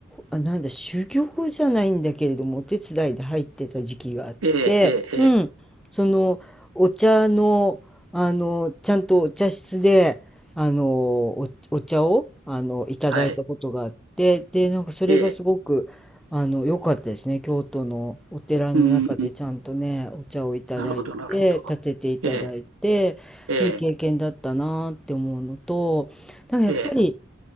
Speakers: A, in the centre; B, on the right.
A: あ、なんだ、修行じゃないんだけれども、お手伝いで入ってた時期があっ
B: ええ、ええ、ええ
A: うん、そのお茶の、あのちゃんとお茶室であのお、お茶をあのいただいたことがあってでなんかそれがすごくあの良かったですね京都のお寺の中でちゃんとねお茶をいただいて立てていただいていい経験だったなって思うのとなんかやっぱり
B: はい、ええ、うん、なるほど、なるほど。ええ、ええ、ええ、